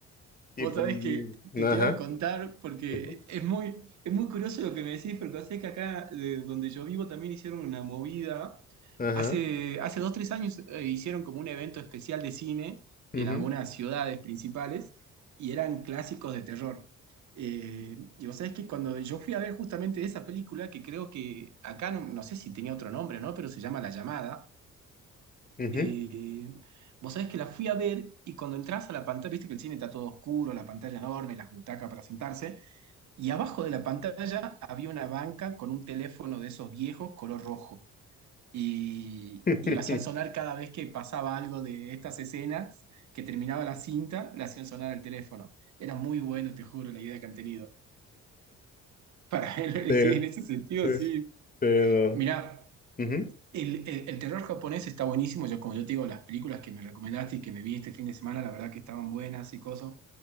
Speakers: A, on the left (about 30°); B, on the right (about 70°).
A: Y
B: Vos
A: pues,
B: sabés que
A: y-
B: te,
A: ajá,
B: te iba a contar porque
A: ujú,
B: es muy, es muy curioso lo que me decís, porque sé que acá, de donde yo vivo, también hicieron una movida
A: ajá,
B: Hace, hace dos, tres años eh, hicieron como un evento especial de cine
A: ujú,
B: en algunas ciudades principales y eran clásicos de terror. Eh, y vos sabés que cuando yo fui a ver justamente esa película, que creo que acá no, no sé si tenía otro nombre o no, pero se llama La Llamada,
A: ujú.
B: eh, vos sabés que la fui a ver y cuando entras a la pantalla, viste que el cine está todo oscuro, la pantalla enorme, las butacas para sentarse, y abajo de la pantalla había una banca con un teléfono de esos viejos color rojo y,
A: <laughs>
B: y lo hacían sonar cada vez que pasaba algo de estas escenas, que terminaba la cinta, le hacían sonar el teléfono. Era muy bueno, te juro, la idea que han tenido. Para él,
A: Sí,
B: <laughs> sí, en ese sentido,
A: este,
B: sí.
A: no,
B: Mirá,
A: ujú.
B: el, el- el terror japonés está buenísimo. Yo, como yo te digo, las películas que me recomendaste y que me vi este fin de semana, la verdad que estaban buenas y cosas.